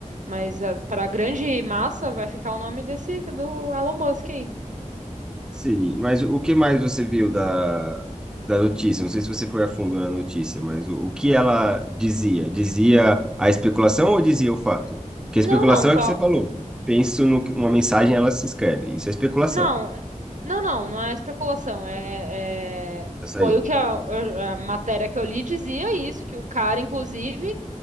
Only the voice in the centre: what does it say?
Sim, mas o que mais você viu da, da notícia? Não sei se você foi a fundo na notícia, mas o, o que ela dizia? Dizia a especulação ou dizia o fato? Porque
a especulação
é que você falou. Penso numa mensagem, ela se escreve. Isso é especulação.
Já saiu.